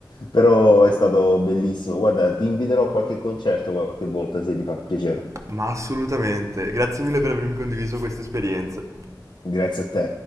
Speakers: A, on the left; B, on the right.
A: Però è stato bellissimo. Guarda, ti inviterò a qualche concerto qualche volta se ti fa piacere.
B: Ma assolutamente, grazie mille per avermi condiviso queste esperienze.
A: Grazie a te.